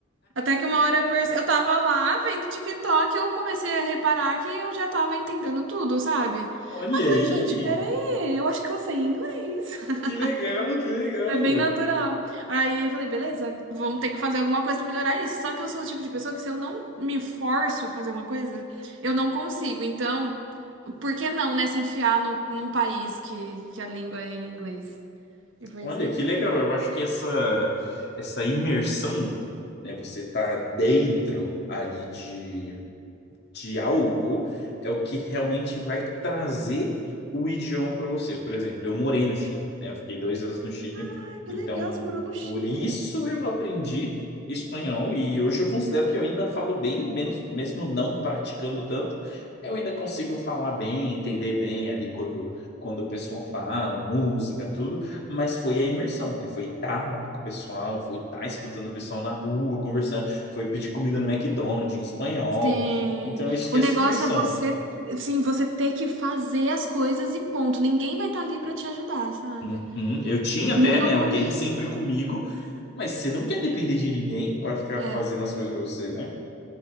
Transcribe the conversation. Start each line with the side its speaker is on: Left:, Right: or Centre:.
Right: Até que uma hora eu perce- eu tava lá vendo TikTok, eu comecei a reparar que eu já tava entendendo tudo, sabe?
Left: olha
Right: Aí eu falei,
Left: aí.
Right: gente, peraí, eu acho que eu sei inglês. <laughs>
Left: Que legal, que legal.
Right: Foi bem natural. Aí eu falei, beleza, vamos ter que fazer alguma coisa pra melhorar isso. Só que eu sou o tipo de pessoa que se eu não me forço a fazer uma coisa, eu não consigo. Então, por que não, né, se enfiar no, num país que, que a língua é em inglês? E foi
Left: Olha,
Right: isso que eu
Left: que
Right: fiz.
Left: legal. Eu acho que essa, essa imersão, né? Você tá dentro ali de de algo é o que realmente vai trazer o idioma para você. Por exemplo, eu morei no Chile, né? Eu fiquei dois anos no Chile,
Right: Ah, que
Left: então
Right: legal, você morou no Chile.
Left: por isso eu aprendi espanhol e hoje eu
Right: espanhol.
Left: considero que eu ainda falo bem, menos, mesmo não praticando tanto, eu ainda consigo falar bem, entender bem ali quando quando o pessoal fala, música, tudo, mas foi a imersão, né? Foi estar lá com o pessoal, foi estar escutando o pessoal na rua, conversando, foi pedir comida no McDonald's em espanhol,
Right: Sim.
Left: então, esquece
Right: O negócio
Left: imersão.
Right: é você, assim, você ter que fazer as coisas e ponto. Ninguém vai estar ali pra te ajudar, sabe?
Left: Uhum. Eu tinha
Right: E
Left: até,
Right: mu- no
Left: né,
Right: começo,
Left: alguém sempre comigo, mas você não quer depender de ninguém para ficar
Right: é.
Left: fazendo as coisas para você, né?